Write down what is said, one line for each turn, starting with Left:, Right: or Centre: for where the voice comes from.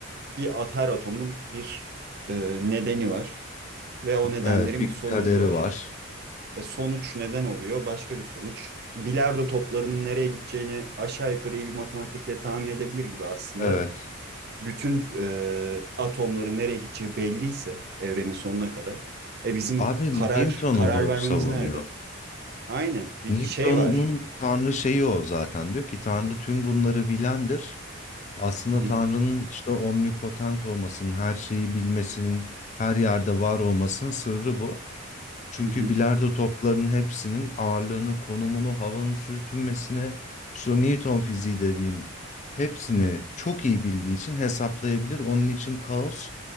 Right: Bir at her atomun bir e, nedeni var ve o nedenlerin
Left: Evet, bir
Right: bir sonucu
Left: kaderi
Right: var.
Left: var.
Right: E, sonuç neden oluyor? Başka bir sonuç. Bilardo toplarının nereye gideceğini aşağı yukarı iyi bir matematikle tahmin edebilir gibi aslında.
Left: Evet.
Right: Bütün e, atomların nereye gideceği belliyse evrenin sonuna kadar. E bizim
Left: Abi
Right: karar
Left: Newton
Right: karar
Left: onu
Right: vermemiz
Left: savunuyor.
Right: nerede? Aynen bir
Left: Newton'un
Right: şey var.
Left: Tanrı şeyi o zaten. Diyor ki Tanrı tüm bunları bilendir. Aslında
Right: Hı.
Left: Tanrı'nın işte omnipotent olmasının, her şeyi bilmesinin, her yerde var olmasının sırrı bu. Çünkü
Right: Hı hı.
Left: bilardo toplarının hepsinin ağırlığını, konumunu, havanın sürtünmesine, işte o Newton fiziği dediğin hepsini çok iyi bildiği için hesaplayabilir. Onun için kaos